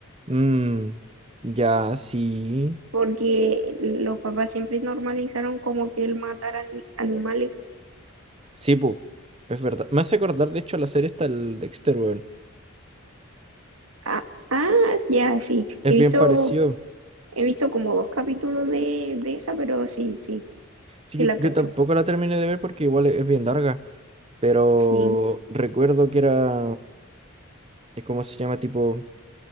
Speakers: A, on the right; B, on the right.
A: Mm, ya, sí.
B: porque los papás siempre normalizaron como que él matara ani- animales.
A: Sí, pu. Es verdad. Me hace acordar, de hecho, la serie está el Dexter, weón.
B: Ah, ah, ya, sí.
A: Es
B: He visto,
A: bien parecido.
B: he visto como dos capítulos de, de esa, pero sí, sí,
A: Sí,
B: sí
A: yo,
B: la
A: yo
B: cacho.
A: tampoco la terminé de ver porque igual es, es bien larga. Pero
B: Sí,
A: recuerdo que era. eh, ¿Cómo se llama? Tipo.